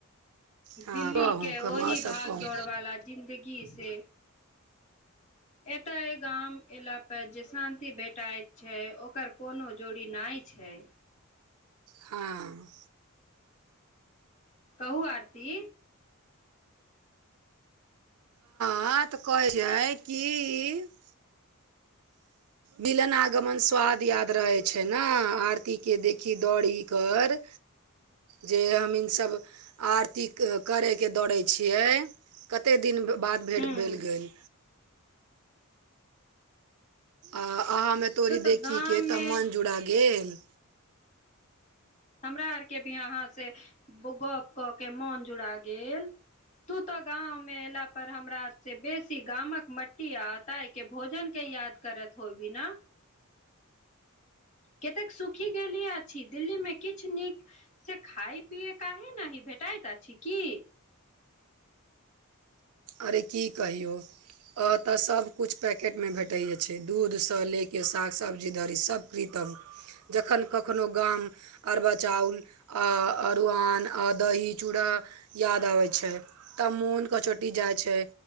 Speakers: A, on the right (about 85°); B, on the left (about 35°).
A: हँ
B: दिल्ली
A: कहू
B: के
A: कहू
B: ओहि
A: आओर सब
B: भाग
A: कहू
B: दौड़ वाला जिंन्दगी से एतय गाम एला पर जे शान्ति भेटाइत छै, ओकर कोनो जोड़ी नहि छै।
A: हँ
B: कहू आरती
A: ह तऽ कहै छै, की बिलन आगमन स्वाद याद रहे छै न आरती के देखी दौड़ी कर
B: ह
A: जे हम इसभ आरती करयके दौड़ै छियै। कतेक दिन बाद भेट
B: हूँ
A: भेल गेल आओ अहाँमे तोर
B: तू तऽ
A: देखहीके
B: गाम
A: तब
B: मे
A: मन जुड़ा गेल।
B: हमरा आर के भी अहाँ से गप कऽ, के मोन जुड़ा गेल। तू त गांम एला पर हमरा आर से बेसी गामक मट्टी आब तै के भोजन के याद करोत होबी न। कतेक सुखी गेलिह अछि दिल्लीमे किछ निक से खाय पिए काहे नाहि भेटाइत अछि की
A: अरे की कहियौ अ ओतै सब किछ पैकेट मे भेटय छै, दूध से लेके साग, सब्जी धरी सब भी तक जखन कखनो गाम अरबा चाउल आ अरुआन आ दही-चूड़ा याद आबै छै। तऽ मोन कचोटि जाय छै